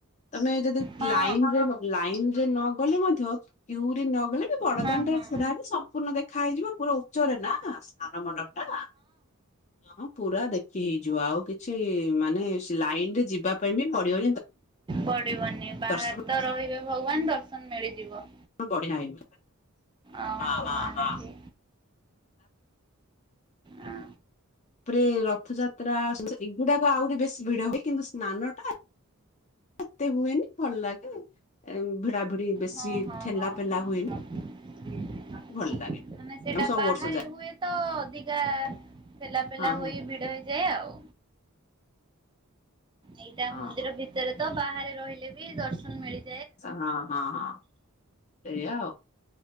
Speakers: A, on the left; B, on the right.
A: ତମେ ଯଦି
B: ହଁ।
A: ଲାଇନରେ ଲାଇନରେ ନ ଗଲେ ମଧ୍ୟ କ୍ୟୁରେ ନ ଗଲେ- ବଡଦାଣ୍ଡ
B: ହଁ ହଁ
A: ରେ ଛିଡା ହେବେ ସମ୍ପୂର୍ଣ୍ଣ ଦେଖା ହେଇଯିବ ପୁରା ଉଚ୍ଚରେ ନା ସ୍ନାନ ମଣ୍ଡପଟା। ହଁ ପୁରା ଦେଖି ହେଇଯିବ ଆଉ କିଛି ମାନେ ଲାଇନରେ ଯିବା ପାଇଁ ବି ପଡିବନି।
B: ପଡିବନି। ବାହାରେ
A: ଦର୍ଶନ
B: ତ ରହିବେ ଭଗବାନ ଦର୍ଶନ ମିଳିଯିବ।
A: ବଢିଆ ହେଇନି।
B: ଓ
A: ହଁ
B: ହୋ
A: ହଁ
B: ଏମିତି।
A: ହଁ
B: ଅଁ।
A: ତାପରେ ରଥଯାତ୍ରା ଏଗୁଡାକ ଆହୁରି ବେଶୀ ଭିଡ ହୁଏ କିନ୍ତୁ ସ୍ନାନଟା- ଏତେ ହୁଏନି ଭଲ ଲାଗେ ଭିଡା ଭିଡି ବେଶୀ
B: ହଁ ହଁ
A: ଠେଲା
B: ହଁ।
A: ପେଲା ହୁଏନି।
B: <unintelligible>
A: ଭଲ ଲାଗେ।
B: ମାନେ ସେଇଟା
A: ମୁଁ ସବୁ
B: ବାହାରେ
A: ବର୍ଷ ଯାଏ
B: ହୁଏ ତ ଅଧିକା ଠେଲା ପେଲା
A: ହଁ
B: ହୋଇ ଭିଡ ହେଇଯାଏ ଆଉ। ଏଇଟା
A: ହଁ
B: ମନ୍ଦିର
A: ହଁ
B: ଭିତରେତ ବାହାରେ ରହିଲେ ବି ଦର୍ଶନ ମିଳି-
A: ହଁ ହଁ ହଁ ଏୟା ଆଉ।